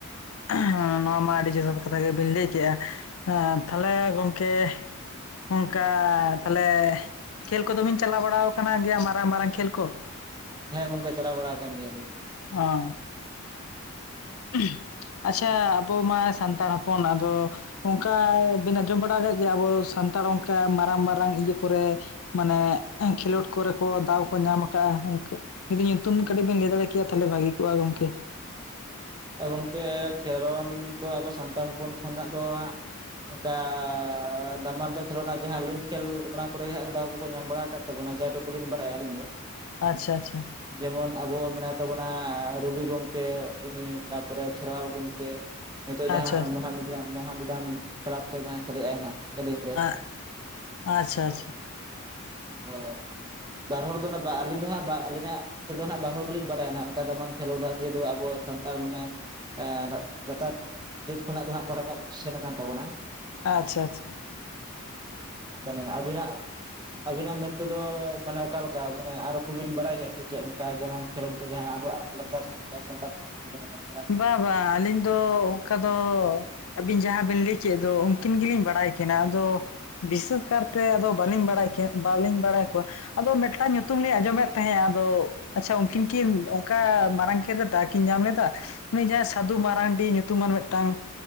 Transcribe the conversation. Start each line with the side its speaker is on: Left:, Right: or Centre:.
Left: ᱮᱦ ᱱᱚᱣᱟ ᱢᱟ ᱟᱹᱰᱤ ᱡᱚᱛᱷᱟᱛ ᱠᱟᱛᱷᱟ ᱜᱮᱵᱤᱱ ᱞᱟᱹᱭ ᱠᱮᱜᱼᱟ ᱦᱮᱸ ᱛᱷᱟᱞᱮ ᱜᱚᱝᱠᱮ ᱚᱱᱠᱟ ᱛᱟᱦᱞᱮ ᱠᱷᱮᱞ ᱠᱚᱫᱚ ᱵᱤᱱ ᱪᱟᱞᱟᱣ ᱵᱟᱲᱟ ᱟᱠᱟᱱᱟ ᱜᱮᱭᱟ ᱢᱟᱨᱟᱝ ᱢᱟᱨᱟᱝ ᱠᱷᱮᱞ ᱠᱚ
Right: ᱦᱮᱸ ᱜᱚᱝᱠᱮ ᱪᱟᱞᱟᱣ ᱵᱟᱲᱟ ᱠᱟᱱ ᱜᱮᱭᱟᱞᱤᱧ
Left: ᱚ ᱩᱜ ᱟᱪᱪᱷᱟ ᱟᱵᱚ ᱢᱟ ᱥᱟᱱᱛᱟᱲ ᱦᱚᱯᱚᱱ ᱟᱫᱚ ᱚᱱᱠᱟ ᱵᱤᱱ ᱟᱸᱡᱚᱢ ᱵᱟᱲᱟ ᱟᱠᱟᱫᱟ ᱜᱮᱭᱟᱢ ᱟᱵᱚ ᱥᱟᱱᱛᱟᱲ ᱚᱱᱠᱟ ᱢᱟᱨᱟᱝ ᱢᱟᱨᱟᱝ ᱤᱭᱟᱹ ᱠᱚᱨᱮ ᱢᱟᱱᱮ ᱮ ᱠᱷᱮᱞᱳᱰ ᱠᱚᱨᱮ ᱠᱚ ᱫᱟᱣ ᱠᱚ ᱧᱟᱢ ᱟᱠᱟᱜᱼᱟ ᱤᱝᱠᱟ. ᱡᱩᱫᱤ ᱧᱩᱛᱩᱢ ᱠᱟᱹᱴᱤᱡ ᱵᱤᱱ ᱞᱟᱹᱭ ᱫᱟᱲᱮ ᱠᱮᱭᱟ ᱛᱟᱦᱞᱮ ᱵᱷᱟᱹᱜᱤ ᱠᱚᱜᱼᱟ ᱜᱚᱝᱠᱮ
Right: ᱜᱚᱝᱠᱮ ᱠᱷᱮᱞᱳᱰ ᱫᱚ ᱟᱵᱚ ᱥᱟᱱᱛᱟᱲ ᱦᱚᱯᱚᱱ ᱠᱷᱚᱱᱟᱜ ᱫᱚ ᱦᱟᱸᱜ ᱚᱝᱠᱟ ᱫᱟᱢᱟᱱ ᱫᱚ ᱠᱷᱮᱞᱳᱰ ᱦᱟᱸᱜ ᱡᱮ ᱦᱟᱸᱜ ᱞᱤᱝᱠ ᱠᱷᱮᱞ ᱚᱱᱟ ᱠᱚᱨᱮ ᱜᱮ ᱦᱟᱸᱜ ᱫᱟᱣ ᱠᱚᱠᱚ ᱧᱟᱢ ᱵᱟᱲᱟ ᱠᱟᱫ ᱛᱟᱵᱚᱱᱟ ᱡᱟ ᱴᱩᱠᱩᱞᱤᱧ ᱵᱟᱲᱟᱭᱟ ᱟᱹᱞᱤᱧ ᱫᱚ
Left: ᱟᱪᱪᱷᱟ ᱟᱪᱪᱷᱟ
Right: ᱡᱮᱢᱚᱱ ᱟᱵᱚ ᱢᱮᱱᱟᱭ ᱛᱟᱵᱚᱱᱟ ᱨᱚᱵᱤ ᱜᱚᱢᱠᱮ ᱩᱱᱤ ᱛᱟᱯᱚᱨᱮ ᱠᱷᱮᱨᱣᱟᱞ ᱜᱚᱢᱠᱮ ᱱᱤᱛᱚᱜ ᱡᱟᱦᱟᱸ
Left: ᱟᱪᱪᱷᱟ
Right: ᱢᱚᱦᱟ ᱢᱤᱰᱤᱭᱟᱢ ᱢᱚᱦᱟ ᱢᱮᱰᱟᱢ ᱠᱞᱟᱵᱽ ᱛᱮ ᱡᱟᱦᱟᱸᱭ ᱠᱷᱮᱞᱮᱜ ᱟᱭ ᱱᱟᱸᱜ <unintelligible>
Left: ᱟᱪᱪᱷᱟ ᱟᱪᱪᱷᱟ
Right: <unintelligible> ᱵᱟᱨ ᱦᱚᱲ ᱫᱚ ᱟᱹᱞᱤᱧ ᱫᱚ ᱦᱟᱸᱜ ᱟᱹᱞᱤᱧᱟᱜ ᱛᱮᱫᱚ ᱱᱟᱜ ᱵᱟᱨ ᱦᱚᱲ ᱜᱮᱞᱤᱧ ᱵᱟᱰᱟᱭᱟ ᱱᱟᱜ ᱚᱱᱠᱟ ᱫᱟᱢᱟᱱ ᱠᱷᱮᱞᱳᱰᱟ ᱡᱮᱦᱮᱛᱩ ᱟᱵᱚ ᱥᱟᱱᱛᱟᱲ ᱢᱟᱱᱮ ᱮᱸ ᱞᱟᱛᱟᱨ ᱡᱟᱹᱛ ᱠᱷᱚᱱᱟᱜ ᱫᱚ ᱦᱟᱸᱜ ᱠᱚ ᱨᱟᱠᱟᱵ ᱥᱮᱱ ᱠᱟᱱ ᱛᱟᱵᱚᱱᱟ
Left: ᱟᱪᱪᱷᱟ ᱟᱪᱪᱷᱟ
Right: ᱛᱟᱞᱦᱮ ᱟᱹᱵᱤᱱᱟᱜ ᱟᱵᱤᱱᱟᱜ ᱢᱮᱫ ᱛᱮᱫᱚ ᱢᱟᱱᱮ ᱚᱠᱟ ᱞᱮᱠᱟ ᱢᱟᱱᱮ ᱟᱨ ᱠᱚᱵᱤᱱ ᱵᱟᱲᱟᱭ ᱜᱮᱭᱟ ᱥᱮ ᱪᱮᱫ ᱚᱱᱠᱟ ᱡᱮᱢᱚᱱ ᱠᱷᱮᱞᱳᱰ ᱠᱚ ᱡᱟᱦᱟᱸ ᱟᱵᱚᱣᱟᱜ ᱞᱟᱛᱟᱨ ᱥᱟᱱᱛᱟᱲ <unintelligible>
Left: ᱵᱟ ᱵᱟ ᱟᱹᱞᱤᱧ ᱫᱚ ᱚᱱᱠᱟ ᱫᱚ ᱟᱹᱵᱤᱱ ᱡᱟᱦᱟᱸ ᱵᱤᱱ ᱞᱟᱹᱭ ᱠᱮᱫ ᱫᱚ ᱩᱱᱠᱤᱱ ᱜᱮᱞᱤᱧ ᱵᱟᱲᱟᱭ ᱠᱤᱱᱟ ᱟᱫᱚ ᱵᱤᱥᱥᱮᱥ ᱠᱟᱨᱛᱮ ᱟᱫᱚ ᱵᱟᱹᱞᱤᱧ ᱵᱟᱲᱟᱭ ᱠᱮ ᱵᱟᱹᱞᱤᱧ ᱵᱟᱲᱟᱭ ᱠᱚᱣᱟ ᱟᱫᱚ ᱢᱮᱫᱴᱟᱝ ᱧᱩᱛᱩᱢ ᱞᱤᱧ ᱟᱸᱡᱚᱢᱮᱫ ᱛᱟᱦᱮᱸᱫ ᱟᱫᱚ ᱟᱪᱪᱷᱟ ᱩᱱᱠᱤᱱ ᱠᱤᱱ ᱚᱱᱠᱟ ᱢᱟᱨᱟᱝ ᱠᱷᱮᱞ ᱨᱮ ᱫᱟᱣ ᱠᱤᱱ ᱧᱟᱢ ᱞᱮᱫᱟ ᱩᱱᱤ ᱡᱟᱦᱟᱸᱭ ᱥᱟᱫᱷᱩ ᱢᱟᱨᱟᱱᱰᱤ ᱧᱩᱛᱩᱢᱟᱱ ᱢᱮᱫᱴᱟᱝ